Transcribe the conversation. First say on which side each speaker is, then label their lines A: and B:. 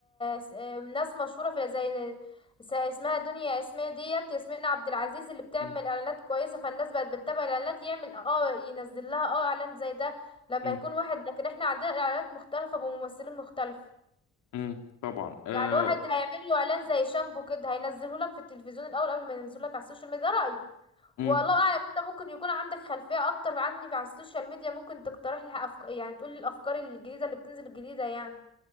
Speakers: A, on the left; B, on the left.
A: س- آه، ناس مشهوره في زي س- اسمها دنيا اسمها ديت ياسمين عبد العزيز اللي بتعمل
B: امم
A: اعلانات كويسه فالناس بقت بتتابع الاعلانات يعمل اه ينزل لها اه اعلان زي ده لما
B: امم
A: يكون واحد لكن احنا عندنا اعلانات مختلفه بممثلين مختلف
B: امم طبعا آه،
A: يعني واحد هيعمل له اعلان زي شامبو كده هينزله لك في التلفزيون الاول قبل ما ينزله لك على السوشيال ميديا ده رايي
B: امم
A: والله اعلم انت ممكن يكون عندك خلفية اكتر عني في على السوشيال ميديا ممكن تقترح لي أفك... يعني تقول لي الافكار الجديدة اللي بتنزل الجديدة يعني